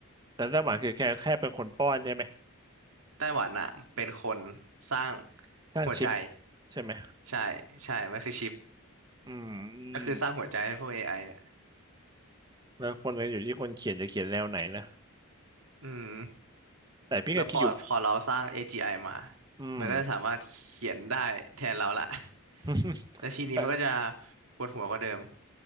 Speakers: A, on the right; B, on the right.
A: แต่ไต้าหวานคือแค่แค่เป็นคนป้อนใช่ไหม
B: ไต้หวันอ่ะเป็นคนสร้าง
A: สร้างชิป
B: หัวใจ
A: ใช่ไหม
B: ใช่ใช่มันคือชิป
A: อืมอืม
B: ก็คือสร้างหัวใจให้พวก AI เนี่ย
A: แล้วคนก็อยู่ที่คนเขียนจะเขียนแนวไหนนะ
B: อืม
A: แต่พี่ก็คิดอยู่
B: แล้วพอพอเราสร้าง AGI มา
A: อืม
B: มันก็จะสามารถเขียนได้แทนเราละ
A: <laughs>
B: <laughs> แล้วทีนี้มันก็จะ
A: แต่
B: ปวดหัวกว่าเดิม